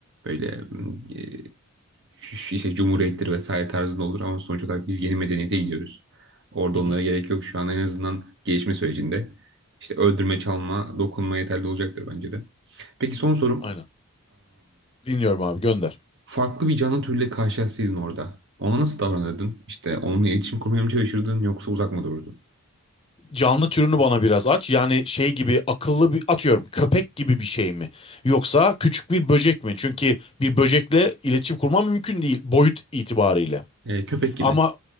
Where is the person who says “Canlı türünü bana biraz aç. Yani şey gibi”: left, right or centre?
Left